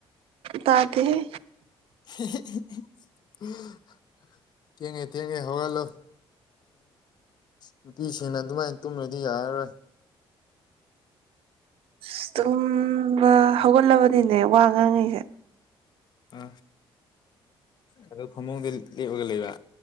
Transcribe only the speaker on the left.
ꯎ ꯊꯦꯡꯉꯦ ꯊꯦꯡꯉꯦ ꯍꯒꯂꯣ ꯅꯨꯄꯤꯁꯤꯡꯅ ꯑꯗꯨꯃꯥꯏꯅ ꯇꯨꯝꯔꯗꯤ ꯌꯥꯔꯔꯣꯏ
ꯑ ꯑꯗꯣ ꯐꯃꯨꯡꯗ ꯂꯦꯞꯄꯒ ꯂꯩꯕ